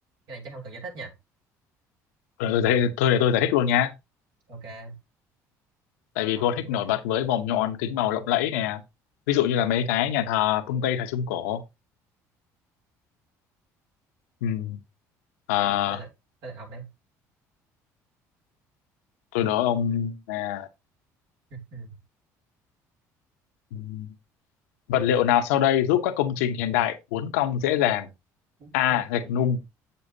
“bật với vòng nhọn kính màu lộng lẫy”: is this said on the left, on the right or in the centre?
Left